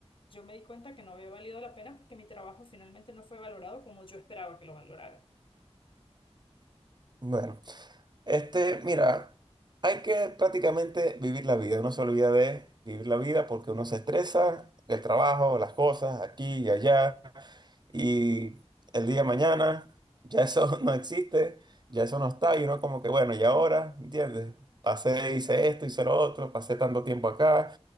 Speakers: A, on the left; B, on the right.
A: Yo me di cuenta que no había valido la pena porque mi trabajo finalmente no fue valorado como yo esperaba que lo valoraran.
B: Bueno, este, mira, hay que prácticamente vivir la vida. Uno se olvida de vivir la vida porque uno se estresa, el trabajo, las cosas, aquí y allá. y el día de mañana ya eso <laughs> no existe, ya eso no está, y uno como que, bueno, ¿y ahora? ¿Entiendes? Pasé, hice esto, hice lo otro, pasé tanto tiempo acá